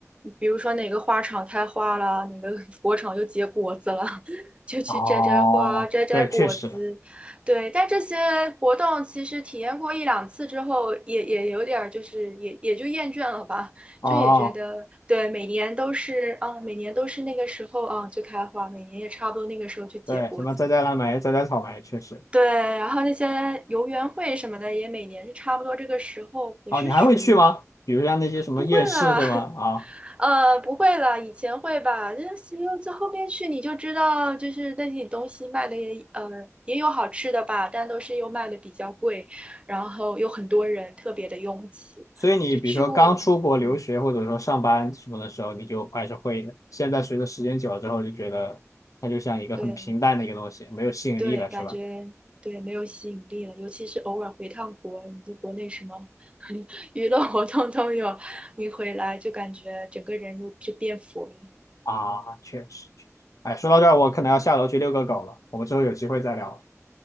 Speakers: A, on the right; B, on the left.
A: 比如说哪个花场开花了，哪个 <laughs> 果场又结果子了，<laughs> 就去摘摘花、
B: 哦，
A: 摘摘果子。
B: 对，确实。
A: 对，但这些活动其实体验过一两次之后，也也有点儿就是也也就厌倦了吧，
B: 哦，
A: 就也觉得对，每年都是啊，每年都是那个时候啊就开花，每年也差不多那个时候就结果子。
B: 对，什么摘摘蓝莓、摘摘草莓，确实。
A: 对，然后那些游园会什么的，也每年是差不多这个时候，也是属于
B: 哦，你还会去吗？比如像那些什么夜市是么啊，
A: 不会了，<laughs> 呃，不会了，以前会吧，这只有这后面去你就知道，就是那些东西卖的也呃也有好吃的吧，但都是又卖的比较贵，然后有很多人特别的拥挤，
B: 所以你比如说刚出国留学或者说上班什么的时候，
A: 就去过，嗯，
B: 你就还是会的。现在随着时间久了之后，就觉得它就像一个很平淡的一个东西，
A: 对。
B: 没有吸引力了，
A: 对，感觉对没有吸引力了，
B: 是吧？
A: 尤其是偶尔回趟国，你就国内什么 <laughs> 娱乐活动都有，你回来就感觉整个人又就变佛了。
B: 啊，确实，确实。哎，说到这儿，我可能要下楼去遛个狗了，我们之后有机会再聊。